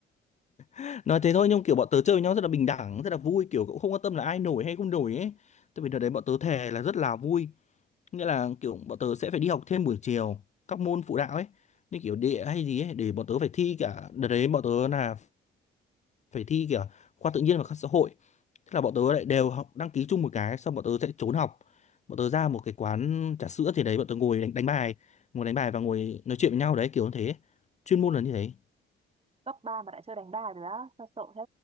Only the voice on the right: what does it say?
cấp ba mà đã chơi đánh đài rồi á sao sợ thế